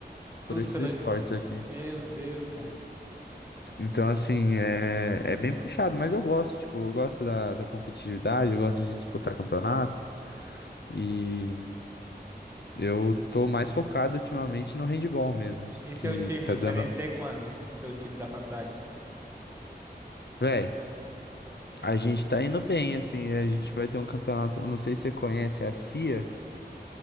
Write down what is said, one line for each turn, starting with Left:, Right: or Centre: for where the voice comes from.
Right: tudo
Left: por esses
Right: pelo.
Left: esportes aqui.
Right: Meu Deus, cara.
Left: Então, assim, é, é bem puxado, mas eu gosto, tipo, eu gosto da, da competitividade, eu gosto de disputar campeonato. E eu tô mais focado ultimamente no handebol mesmo,
Right: E seu
Left: que,
Right: time
Left: que tá dando.
Right: vai vencer quando? Seu time da faculdade?
Left: Véi. A gente tá indo bem, assim, a gente vai ter um campeonato, não sei se você conhece é a CIA,